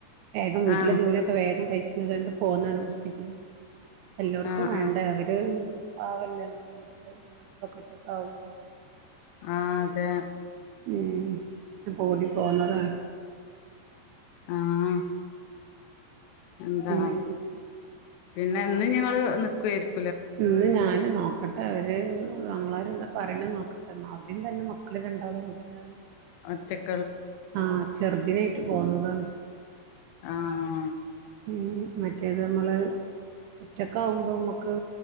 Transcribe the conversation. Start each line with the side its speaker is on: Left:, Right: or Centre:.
Right: വേഗം വീട്ടിലെ
Left: ആഹ്
Right: ജോലിയൊക്കെ വേഗം കഴിച്ചണ്ട് പോകുന്നതാണ് ഹോസ്പിറ്റൽക് എല്ലാടത്തും
Left: ആഹ്
Right: വേണ്ട
Left: ആഹ്
Right: പാവല്ലേ നമ്മെ വീട്ടില് ഉമ്മ ഒറ്റൊക്കെ ആവുമ്പോ
Left: ആ അതെ...
Right: ഉം ഓടി പോന്നതാണ്.
Left: ആഹ്.. എന്താ
Right: പിന്നെ എന്തൊക്കെ
Left: പിന്നെ എന്നന്നും ഞങ്ങള് നി ക്ക്വായിരക്കും.
Right: ഇന്ന് ഞാന് നോക്കട്ടെ അവര്. ആങ്ങളാര്‌എന്താ പറയണനോക്കട്ടെ അവിടയും തന്നെ മക്കള് രണ്ടാളുംവീട്ടിലാണ്.
Left: ഒറ്റക്
Right: ആഹ ചെറുദിനായിട്ട് പോന്നതാണ്.
Left: ആഹ
Right: ഉ മറ്റേത് നമ്മള് ഒറ്റക്കാകുമ്പം മമ ക്ക്